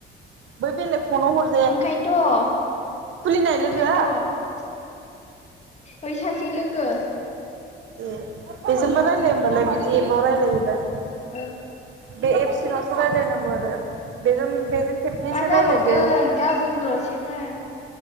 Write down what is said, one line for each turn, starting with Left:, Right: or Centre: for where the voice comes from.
Right: बै बेलेग फनाव हर
Left: ओंखायनोथ'
Right: खुलिनाय लोगोआ
Left: ओंखायनोथ' बै सासे लोगो
Right: ए बेजोंबा रायलायो होमबालाय बिदि एबाव रायजलायोबा
Left: औ
Right: बे एबसिनावसो राय्लायनांगौ आरो बेजों बेजों खेबनैसो
Left: मा जाबावगोन
Right: रायलायदो
Left: गाबोनल'सैबो